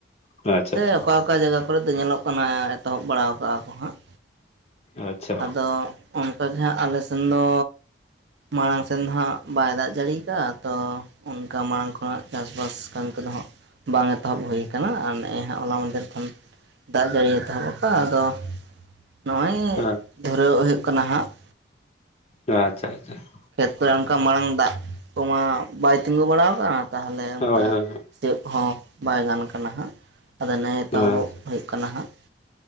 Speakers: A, on the left (about 35°); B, on the right (about 65°).
A: ᱟᱪᱪᱷᱟ
B: ᱥᱮ
A: ᱟᱪᱪᱷᱟ
B: ᱚᱠᱟ ᱚᱠᱟ ᱡᱟᱭᱜᱟ ᱠᱚᱨᱮ ᱫᱚ ᱧᱮᱞᱚᱜ ᱠᱟᱱᱟ ᱮᱛᱚᱦᱚᱵ ᱵᱟᱲᱟᱟᱣ ᱠᱟᱜᱼᱟ ᱠᱚ ᱦᱟᱸᱜ,
A: ᱟᱪᱪᱷᱟ ᱟᱪᱪᱷᱟ
B: ᱟᱫᱚ ᱚᱱᱠᱟᱜᱮ ᱦᱟᱸᱜ ᱟᱞᱮ ᱥᱮᱱ ᱫᱚ, ᱢᱟᱲᱟᱝ ᱥᱮᱫ ᱫᱚ ᱦᱜ ᱵᱟᱭ ᱫᱟᱜ ᱡᱟᱹᱲᱤᱭᱟᱠᱟᱫᱟ ᱛᱚ ᱾ ᱚᱱᱠᱟ ᱢᱟᱲᱟᱝ ᱠᱷᱚᱱᱟᱜ ᱪᱟᱥᱵᱟᱥ ᱠᱟᱹᱢᱤ ᱠᱚᱫᱚ ᱦᱜ ᱵᱟᱝ ᱮᱛᱚᱦᱚᱵ ᱦᱩᱭᱩᱭ ᱟᱠᱟᱱᱟ ᱟᱨ ᱚᱱᱮ ᱼᱼ ᱱᱚᱜᱼ ᱦᱟᱸᱜ ᱦᱚᱞᱟ ᱢᱫᱮᱨ ᱠᱷᱚᱱ ᱫᱟᱜ ᱡᱟᱹᱲᱤᱭ ᱮᱛᱚᱦᱚᱵ ᱟᱠᱟᱫ ᱟᱫᱚ ᱱᱚᱜᱼᱚᱭ,
A: ᱟᱪᱪᱷᱟ
B: ᱫᱷᱚᱨᱟᱹᱣ ᱦᱩᱭᱩᱜ ᱠᱟᱱᱟ ᱦᱟᱸᱜ ᱾
A: ᱟᱪᱷᱟ ᱟᱪᱷᱟ ᱾
B: ᱠᱷᱮᱛ ᱠᱚᱨᱮ ᱚᱱᱠᱟ ᱢᱟᱲᱟᱝ ᱫᱟᱜ ᱠᱚᱢᱟ ᱵᱟᱭ ᱛᱤᱸᱜᱩ ᱵᱟᱲᱟ ᱠᱟᱜᱼᱟ ᱛᱟᱦᱚᱞᱮ ᱚᱱᱠᱟ,
A: ᱦᱳᱭ ᱦᱳᱭ ᱦᱳᱭ
B: ᱥᱤᱭᱚᱜ ᱠᱚᱦᱚᱸ ᱵᱟᱭ ᱜᱟᱱ ᱠᱟᱱᱟ ᱱᱟᱦᱟᱸᱜ ᱟᱫᱚ ᱱᱮ
A: ᱟᱪᱪᱷᱟ
B: ᱮᱛᱚᱦᱚᱵᱚᱜ ᱦᱩᱭᱩᱜ ᱠᱟᱱᱟ ᱦᱟᱸᱜ